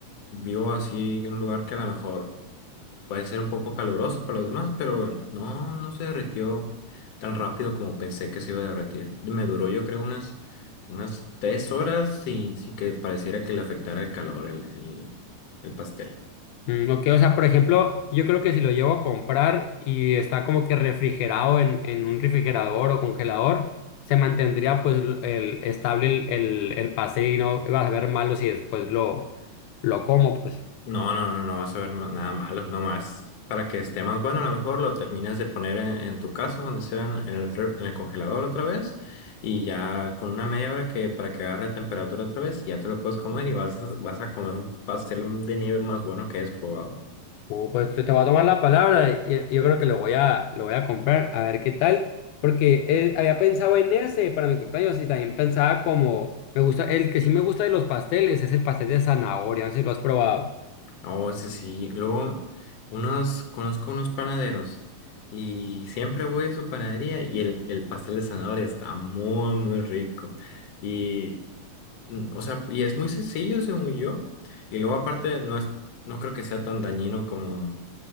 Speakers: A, on the left; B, on the left.
A: vivo así en un lugar que a lo mejor puede ser un poco caluroso para los demás, pero no, no se derritió tan rápido como pensé que se iba a derretir. Me duró, yo creo, unas, unas tres horas sin, sin que pareciera que le afectara el calor, el, el, el pastel.
B: Mm, ok, o sea, por ejemplo, yo creo que si lo llevo a comprar y está como que refrigerado en, en un refrigerador o congelador, se mantendría pues l- el, estable el, el, el pastel y no va a saber malo si después lo, lo como, pues.
A: No, no, no no vas a ver ma- nada malo, no más. Para que esté más bueno, a lo mejor lo terminas de poner en, en tu casa, donde sea, en en el, re- en el congelador otra vez, y ya con una media hora que para que agarre temperatura otra vez, ya te lo puedes comer y vas a, vas a comer un pastel de nieve más bueno que hayas probado.
B: Uh, pues te, te voy a tomar la palabra y y yo creo que lo voy a, lo voy a comprar a ver qué tal, porque eh, había pensado en ese para mi cumpleaños y también pensaba como, me gusta, el que sí me gusta de los pasteles es el pastel de zanahoria, no sé si lo has probado.
A: No, ese sí. Luego, unos, conozco unos panaderos y siempre voy a su panadería y el, el pastel de zanahoria está muy, muy rico. Y. Mm, O sea, y es muy sencillo, según yo. Y luego aparte no es, no creo que sea tan dañino como,